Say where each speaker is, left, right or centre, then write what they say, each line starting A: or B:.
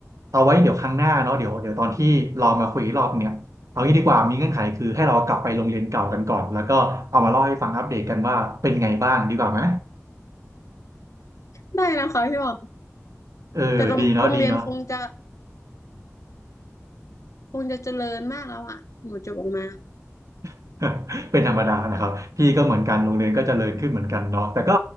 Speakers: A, on the right; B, on the left.
A: เอาไว้เดี๋ยวครั้งหน้าเนาะเดี๋ยวเดี๋ยวตอนที่เรามาคุยอีกรอบเนี่ยเอางี้ดีกว่ามีเงื่อนไขคือให้เรากลับไปโรงเรียนเก่ากันก่อนแล้วก็เอามาเล่าให้ฟังอัปเดตกันว่าเป็นไงบ้างดีกว่าไหม
B: ได้นะคะพี่บอม
A: เออดีเนาะดีเนาะ
B: แต่โรงโรงเรียนคงจะคงจะเจริญมากแล้วอ่ะหนูจบออกมา
A: <laughs> เป็นธรรมดานะครับพี่ก็เหมือนกันโรงเรียนก็เจริญขึ้นเหมือนกันเนาะแต่ก็